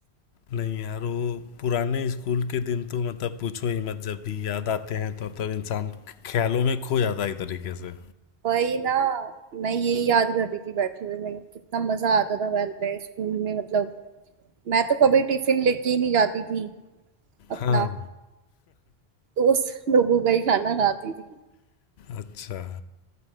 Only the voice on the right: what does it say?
वही ना मैं ये याद कर रही थी बैठे हुए मैं कितना मजा आता था पहले स्कूल में मतलब मैं तो कभी टिफिन लेके ही नहीं जाती थी अपना
दोस्त लोगों का ही खाना खाती थी